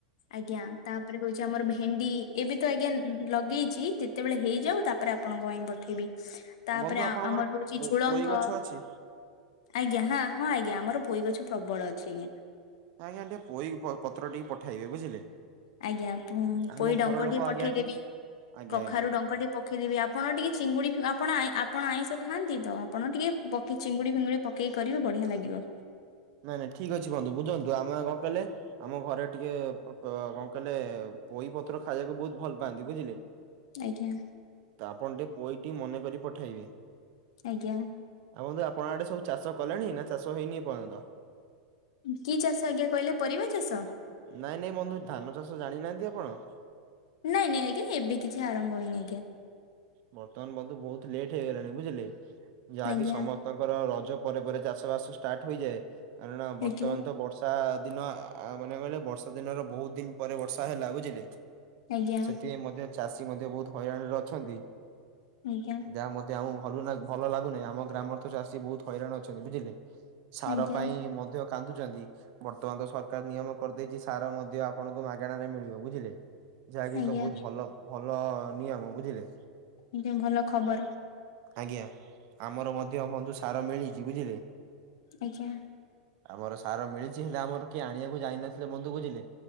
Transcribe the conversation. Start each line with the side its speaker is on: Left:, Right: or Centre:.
Left: ଆଜ୍ଞା। ତା ତାପରେ ହଉଛି ଆମର ଭେଣ୍ଡି ଏବେ ତ ଆଜ୍ଞା ଲଗେଇଛି। ଯେତେବେଳେ ହେଇଯାଉ ତାପରେ ଆପଣଙ୍କ ପାଇଁ ପଠେଇବି। ତାପରେ
Right: ବନ୍ଧୁ
Left: ଆ
Right: ଆପଣଙ୍କର
Left: ଆମର ହଉଛି ଝୁଳଙ୍ଗ
Right: ପୋଇ ଗଛ ଅଛି
Left: ଆଜ୍ଞା ହଁ ହଁ ଆଜ୍ଞା ଆମର ପୋଇ ଗଛ ପ୍ରବଳ ଅଛି ଆଜ୍ଞା।
Right: ଆଜ୍ଞା ଟିକେ ପୋଇ ପତ୍ର ଟିକେ ପଠାଇବେ ବୁଝିଲେ।
Left: ଆଜ୍ଞା
Right: ଆମ
Left: ପୋଇ ଡଙ୍କ
Right: ଘର ଲୋକ
Left: ଟିକେ ପଠେଇଦେବି।
Right: ଆଜ୍ଞା ଟି ଆଜ୍ଞା
Left: କଖାରୁ
Right: ଆଜ୍ଞା
Left: ଡଙ୍କ ଟିକେ ପଖେଇଦେବି ଆପଣ ଟିକେ ଚିଙ୍ଗୁଡି ଆପଣ ଆପଣ ଆଇଁଷ ଖାଆନ୍ତି ତ। ଆପଣ ଟିକେ ପକେଇ ଚିଙ୍ଗୁଡି ଫିଙ୍ଗୁଡି ପକେଇକି କରିବ ବଢିଆ ଲାଗିବ।
Right: ନାଇଁ ନାଇଁ ଠିକ୍ ଅଛି ବୁନ୍ଧୁ। ବୁଝନ୍ତୁ ଆମେ କଣ କହିଲେ ଆମ ଘରେ ଟିକେ କଣ କହିଲେ ପୋଇ ପତ୍ର ଖାଇବାକୁ ବହୁତ ଭଲ ପାଆନ୍ତି ବୁଝିଲେ।
Left: ଆଜ୍ଞା।
Right: ତ ଆପଣ ଟିକେ ପୋଇଟି ମନେକରି ପଠେଇବେ।
Left: ଆଜ୍ଞା।
Right: ଆଉ ବନ୍ଧୁ ଆପଣ ଆଡେ ସବୁ ଚାଷ କଲେଣି। ନା ଚାଷ ହେଇନି ଏ ପର୍ଯ୍ୟନ୍ତ।
Left: କି ଚାଷ ଆଜ୍ଞା କହିଲେ? ପରିବା ଚାଷ।
Right: ନାଇଁ ନାଇଁ ବନ୍ଧୁ ଧାନ ଚାଷ ଜାଣିନାହାନ୍ତି ଆପଣ।
Left: ନାଇଁ ନାଇଁ ଆଜ୍ଞା ଏବେ କିଛି ଆରମ୍ଭ ହେଇନି ଆଜ୍ଞା।
Right: ବର୍ତ୍ତମାନ ବନ୍ଧୁ ବହୁତ ଲେଟ୍ ହେଇଗଲାଣି ବୁଝିଲେ। ଯାହାକି
Left: ଆଜ୍ଞା
Right: ସମ ସ୍ତଙ୍କର ରଜ ପରେ ପରେ ଚାଷ ବାସ ଷ୍ଟାର୍ଟ ହୋଇଯାଏ। କାରଣ ବର୍ତ୍ତମାନ
Left: ଆଜ୍ଞା
Right: ତ ବର୍ଷ ବର୍ଷା ଦିନ ମାନେ କହିଲେ ବର୍ଷା ଦିନର ବହୁତ ଦିନି ପରେ ବର୍ଷା ହେଲା ବୁଝିଲେ।
Left: ଆଜ୍ଞା
Right: ସେଥିପାଇଁ ମଧ୍ୟ ଚାଷୀ ମଧ୍ୟ ବହୁତ ହଇରାଣରେ ଅଛନ୍ତି।
Left: ଆଜ୍ଞା।
Right: ଯା ମଧ୍ୟ ଆମକୁ ଭ ଭଲ ଲାଗୁନାହିଁ। ଆମ ଗ୍ରାମରେ ତ ଚାଷୀ ବହୁତ ହଇରାଣ ଅଛନ୍ତି ବୁଝିଲେ। ସାର
Left: ଆଜ୍ଞା
Right: ପାଇଁ ମଧ୍ୟ କାନ୍ଦୁଛନ୍ତି। ବର୍ତ୍ତମାନ ତ ସରକାର ନିୟମ କରିଦେଇଛି ସାର ମଧ୍ୟ ଆପଣଙ୍କୁ ମାଗଣାରେ ମିଳିବ ବୁଝିଲେ। ଯାହାକି ଏକ
Left: ଆଜ୍ଞା
Right: ବହୁତ ଭଲ ଭଲ ନିୟମ ବୁଝିଲେ।
Left: ଟିକେ ଭଲ ଖବର
Right: ଆଜ୍ଞା ଆମର ମଧ୍ୟ ବନ୍ଧୁ ସାର ମିଳିଛି ବୁଝିଲେ।
Left: ଆଜ୍ଞା।
Right: ଆମର ସାର ମିଳିଛି ହେଲେ ଆମର କିଏ ଆଣିବାକୁ ଯାଇନଥିଲେ ବନ୍ଧୁ ବୁଝିଲେ।